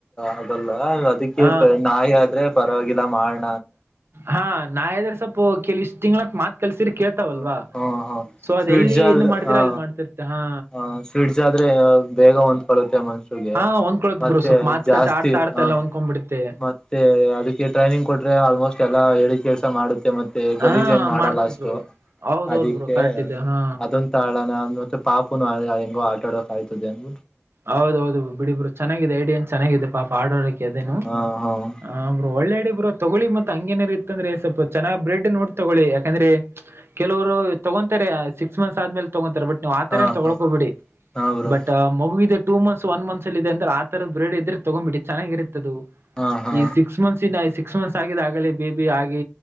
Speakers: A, on the left; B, on the right.
A: ಆಗಲ್ಲ ಅದಕ್ಕೆ
B: ಹ
A: ನಾಯಿ ಆದ್ರೆ ಪರವಾಗಿಲ್ಲ ಮಾಡ
B: ಹಾ ನಾ್ರೆ ಸ್ವಲ್ಪ ಕೆಲ ಇಷ್ಟ್ ತಿಂಗಳಕ್ ಮಾತ್ರ ಕೆಲ್ಸೀರಿ ಕೇಳ್ತಾವಲ್ವಾ
A: ಹ ಹಾ ಹಾ
B: ಸೊ ಅದ
A: ಸ್ವಿಡ್ಜ್
B: ಎಲ್ಲಿ
A: ಆದ್ರೆ
B: ಏನ್ ಮಾಡಿದ್ರೆ
A: ಹಾ
B: ಅಲ್ಲಿ ಮಾಡ್ತಿರ್ತ್ತ ಹಾ
A: ಹ ಸ್ವೀಟ್ಸ್ ಆದ್ರೆ ಬೇಗ ಹೊಂದಕೊಳ್ಳುತ್ತೆ ಮನ್ಸರಿಗೆ
B: ಹಾ ಹೊಂದ್ಕೊಳತ್
A: ಮತ್ತೆ
B: ಬ್ರೋ ಸ್ವಲ್ಪ ಮಾತುಕತೆ
A: ಜಾಸ್ತಿ
B: ಆಡ್ತಾ ಆಡ್ತಾ
A: ಹ
B: ಎಲ್ಲ ಹೊಂದ್ಕೊಂಡ್ಬಿಡುತ್ತೆ
A: ಮತ್ತೆ ಅದಕ್ಕೆ ಟ್ರೈನಿಂಗ್ ಕೊಟ್ರೆ ಆಲ್ಮೋಸ್ಟ್ ಎಲ್ಲಾ ಹೇಳಿ ಕೆಲ್ಸ ಮಾಡುತ್ತೆ ಮತ್ತೆ ಗಲೀಜನ್
B: ಹಾ
A: ಮಾಡಲ್ಲ
B: ಮಾಡತ್
A: ಅಷ್ಟು
B: ಬ್ರೋ ಹೌದೌದು
A: ಅದಿಕ್ಕೆ
B: ಬ್ರೋ ಕರೆಕ್ಟ್ ಇದೆ ಹಾ
A: ಅದೊ ತಾಳಣ ಮತ್ತೆ ಪಾಪುನು ಹೆಂಗೋ ಆಟ ಆಡೋಕ ಆಾಯ್ತದೆ ಅಂಗ
B: ಹೌದೌದು ಬಿಡಿಬ್ರು ಚನ್ನಾಗಿದೆ ಐಡಿಯಾಏನ್ ಚೆನ್ನಾಗಿದೆ ಪಾಡಾಡಕ್ ಅದೇನು
A: ಹಾ ಹಾ
B: ಆ ಬರು ಒಳ್ಳೆಡಿಬ್ರು ತಗೊಳ್ಳಿ ಮತ್ತ ಹಂಗೇನರು ಇತ್ತ ಅಂದ್ರೆ ಸ್ವಲ್ಪ ಚೆನ್ನಾಗಿ ಬ್ರೆಡ್ ನೋಡಿ ತಗೊಳ್ಳಿ ಯಾಕಂದ್ರೆ ಕೆಲವರು ತಗೊಂತಾರೆ ಸಿಕ್ಸ್ ಮಂತ್ಸ್ ಆದ್ಮೇಲೆ ತಗೋಂತಾರೆ ಬಟ್ ನ್ ಆತರ
A: ಹಾ
B: ತಗೊಳ್ಕೋಬಿಡಿ
A: ಹಾ ಹಾ ಬ್ರೋ
B: ಬಟ್ ಇದೆಟ ಮಂತ್ಸ್ ಒನ್ ಮಂತ್ಸ್ಲ್ಲದೆ ಅ್ರೆ ಆ ತರದ ಬ್ರಡ್ ಇದ್ರೆ ತಗೊಂಡ್ ಬಿಟ್ಟು ಚೆನ್ನಾಗಿರುತ್ತದು
A: ಹಾ ಹಾ
B: ಈ ಸಿಕ್ಸ್ ಮಂತ್ಸ್ ಇ ಸಿಕ್ಸ್ ಮಂತ್ಸ್ ಆಗಿದ ಆಗಲೇ ಬೇಬಿ ಆಗಿ